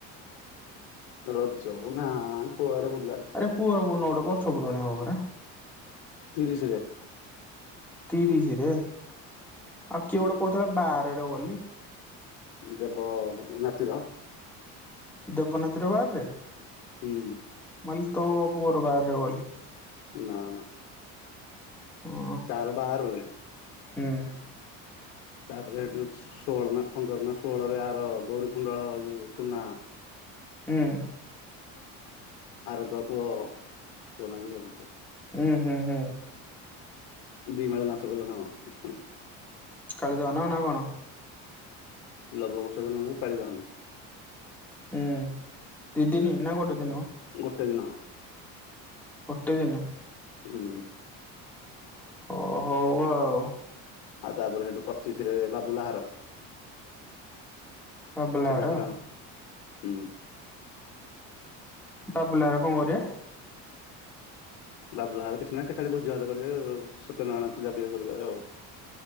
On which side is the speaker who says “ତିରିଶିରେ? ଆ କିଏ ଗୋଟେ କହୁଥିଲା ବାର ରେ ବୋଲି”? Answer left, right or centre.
Centre